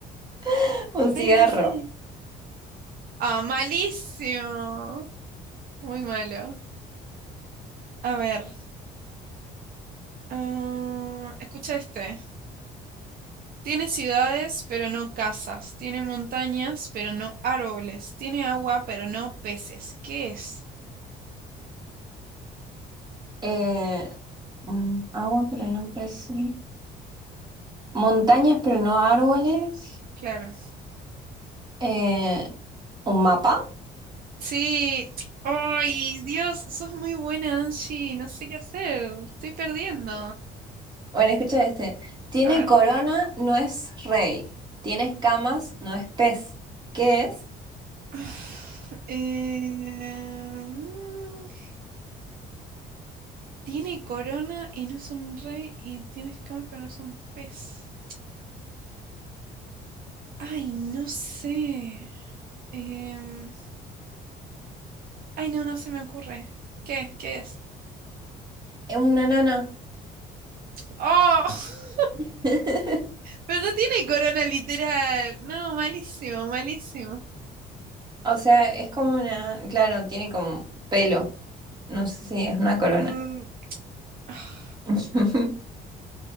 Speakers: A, on the right; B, on the right.
A: <laughs> Un cigarro.
B: Ay, no sé. Ah, malísimo. Muy malo. A ver. ah, escucha este. Tiene ciudades, pero no casas. Tiene montañas, pero no árboles. Tiene agua, pero no peces. ¿Qué es?
A: Eh, mm, agua, pero no pez. Montañas, pero no árboles.
B: Claro.
A: Eh, ¿un mapa?
B: Sí, ay, Dios, sos muy buena, Angie, no sé qué hacer, estoy perdiendo.
A: Bueno, escucha este. Tiene
B: A
A: corona,
B: ver.
A: no es rey. Tiene escamas, no es pez. ¿Qué es?
B: <sighs> Eh, mm, tiene corona y no es un rey y tiene escamas pero no es un pez. Ay, no sé. Em, ay, no, no se me ocurre. ¿Qué? ¿Qué es?
A: Es una nana.
B: ¡Oh! <laughs>
A: <laughs>
B: Pero no tiene corona literal. No, malísimo, malísimo.
A: O sea, es como una... Claro, tiene como pelo. No sé si es una corona.
B: Mm, <sighs>
A: <laughs>